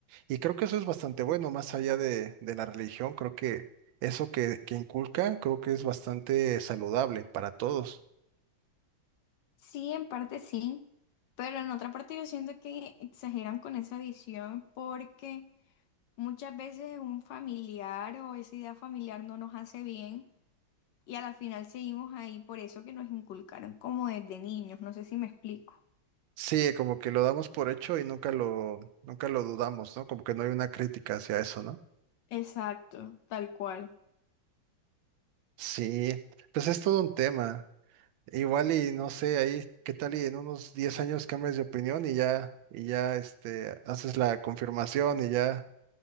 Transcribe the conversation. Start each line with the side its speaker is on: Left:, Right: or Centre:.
Right: Y creo que eso es bastante bueno, más allá de, de la religión, creo que eso que, que inculcan, creo que es bastante saludable para todos.
Left: Sí, en parte sí, pero en otra parte yo siento que exageran con esa edición porque muchas veces un familiar o esa idea familiar no nos hace bien y a la final seguimos ahí por eso que nos inculcaron como desde niños, no sé si me explico.
Right: Sí, como que lo damos por hecho y nunca lo, nunca lo dudamos, ¿no? Como que no hay una crítica hacia eso, ¿no?
Left: Exacto, tal cual.
Right: Sí, pues es todo un tema. Igual y no sé, ahí qué tal y en unos 10 años cambias de opinión y ya, y ya este, haces la confirmación y ya